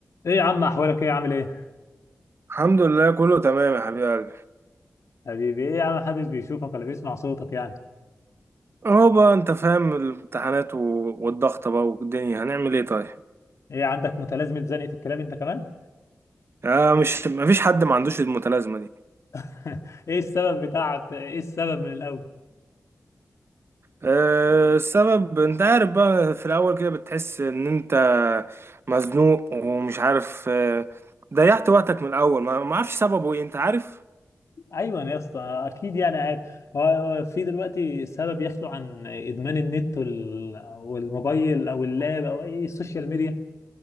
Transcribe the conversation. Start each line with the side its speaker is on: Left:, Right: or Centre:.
Left: ايه يا عم احوالك ايه عامل ايه
Right: الحمد لله كله تمام يا حبيب قلبي
Left: حبيبي ايه يا عم محدش بيشوفك ولا بيسمع صوتك يعني
Right: اهو بقى انت فاهم الامتحانات و- والضغط بقى والدنيا هنعمل ايه طيب
Left: ايه عندك متلازمة زنقة الكلاب انت كمان
Right: آه مش مفيش حد ما عندوش المتلازمه دي
Left: <laughs> ايه السبب بتاع ايه السبب من الاول
Right: آه السبب انت عارف بقى في الاول كده بتحس ان انت مزنوق ومش عارف آه ضيعت وقتك من الاول ما ما اعرفش سببه ايه انت عارف
Left: ايوه يا اسطى اكيد يعني عارف هو هو في دلوقتي سبب يخلو عن ادمان النت وال... والموبايل او اللاب او اي السوشيال ميديا